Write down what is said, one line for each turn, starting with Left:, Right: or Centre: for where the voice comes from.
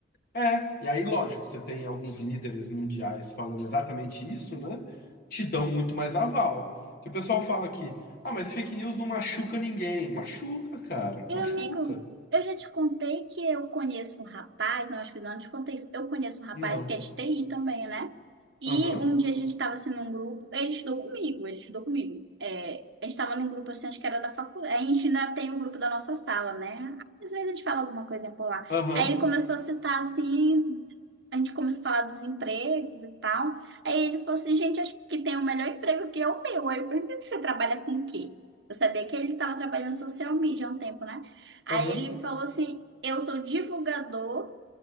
Left: É, e aí, lógico, você tem alguns líderes mundiais falando exatamente isso, né? Te dão muito mais aval. Que o pessoal fala que, ah, mas fake news não machuca ninguém. Machuca, cara,
Right: Meu
Left: machuca.
Right: amigo, eu já te contei que eu conheço um rapaz, não, acho que não te contei isso. Eu conheço um rapaz
Left: Não.
Right: que é de TI também, né? E
Left: Aham,
Right: um dia a gente estava assim num grupo, ele estudou comigo, ele estudou comigo. É, a gente estava num grupo assim, acho que era da faculdade. A gente ainda tem o grupo da nossa sala, né? Às vezes a gente fala alguma coisa por lá.
Left: aham,
Right: Aí ele começou a citar assim, a gente começou a falar dos empregos e tal. Aí ele falou assim, gente, acho que tem o melhor emprego que é o meu. Aí eu perguntei, você trabalha com o quê? Eu sabia que ele estava trabalhando em social media há um tempo, né? Aí
Left: aham.
Right: ele falou assim: Eu sou divulgador